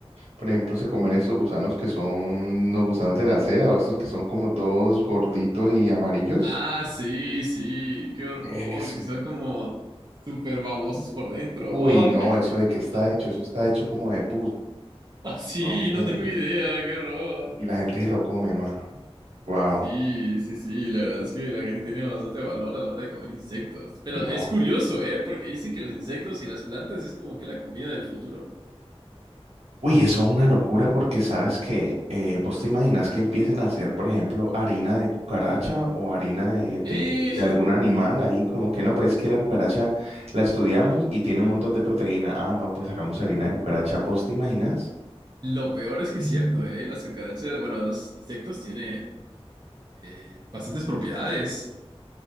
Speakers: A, on the right; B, on the right.
A: por ejemplo, se comen estos gusanos que son los gusanos de la seda o estos que son como todos gorditos y amarillos.
B: Ah, sí, sí, qué horror,
A: Eso.
B: que son como súper babosos por dentro.
A: Uy, no,
B: ¡Ay!
A: eso de qué
B: <laughs>
A: está hecho, eso está hecho como de pus,
B: Ah, sí,
A: no
B: no
A: sé,
B: tengo idea, qué horror.
A: y la gente se lo come, mano. Wow.
B: Sí, sí, sí, la verdad es que la gente tiene bastante valor a la hora de comer insectos. Pero
A: No.
B: es curioso, ¿eh? Porque dicen que los insectos y las plantas es como que la comida del futuro.
A: Uy, eso es una locura porque sabes que eh, vos te imaginas que empiecen a hacer, por ejemplo, harina de cucaracha o harina de, de-
B: Y
A: de algún animal ahí, como que no, pues que la cucaracha la estudiamos y tiene un montón de proteína. Ah, no, pues sacamos harina de cucaracha. ¿Vos te imaginas?
B: <laughs> lo peor es que es cierto, ¿eh? Las cucarachas, bueno, los insectos tienen eh, bastantes propiedades.